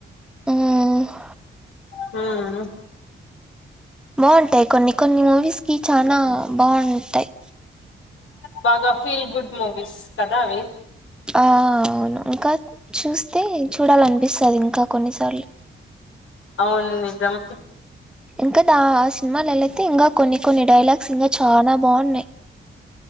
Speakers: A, in the centre; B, on the left.
A: ఆహ్
B: హ్మ్
A: బాగుంటాయి కొన్ని కొన్ని మూవీస్ కి చానా బాగుంటాయి
B: బాగా ఫీల్ గుడ్ మూవీస్ కదా అవి
A: ఆ అవును ఇంకా చూస్తే చూడాలనిపిస్తది ఇంకా కొన్నిసార్లు
B: అవును నిజం
A: ఇంకా దా ఆ సినిమాలోలయితే ఇంగా కొన్ని కొన్ని డైలాగ్స్ ఇంగా చాలా బాగున్నాయి